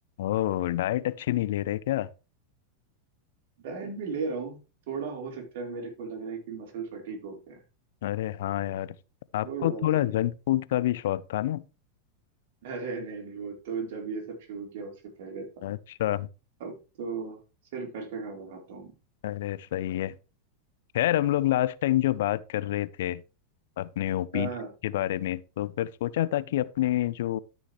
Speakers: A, on the left (about 65°); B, on the right (about 65°).
A: ओ डाइट अच्छी नहीं ले रहे क्या
B: डाइट भी ले रहा हूँ थोड़ा हो सकता है मेरे को लग रहा है कि मसल फटीक हो गया है
A: अरे हाँ यार आपको
B: कोई बात
A: थोड़ा
B: नहीं
A: जंक फूड का भी शौक था ना
B: अरे नहीं नहीं वो तो जब ये सब शुरू किया उससे पहले था
A: अच्छा
B: अब तो सिर्फ घर का खाना खाता हूँ
A: अरे सही है खैर हम लोग लास्ट टाइम जो बात कर रहे थे अपने ओपिनियन
B: हाँ हाँ।
A: के बारे में तो फिर सोचा था कि अपने जो